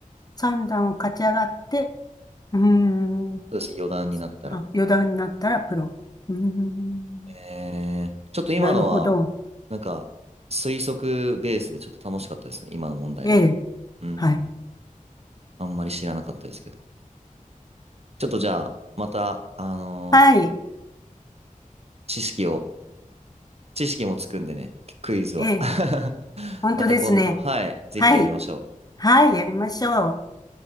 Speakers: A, on the left; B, on the right.
A: 三段を勝ち上がって、うーん、
B: うですね、4段になったら。
A: あ、四段になったらプロ。うーん、
B: えー、ちょっと今のは、
A: なるほど。
B: なんか、推測ベースでちょっと楽しかったですね、今の問題は。
A: ええ、
B: うん、
A: はい。
B: あんまり知らなかったですけど。ちょっとじゃあ、また、あのー
A: はい、
B: 知識を、知識もつくんでね、クイズは。
A: ええ、
B: <laughs>
A: 本当ですね。
B: また今度、はい、ぜひやりましょう。
A: はい、はい、やりましょう。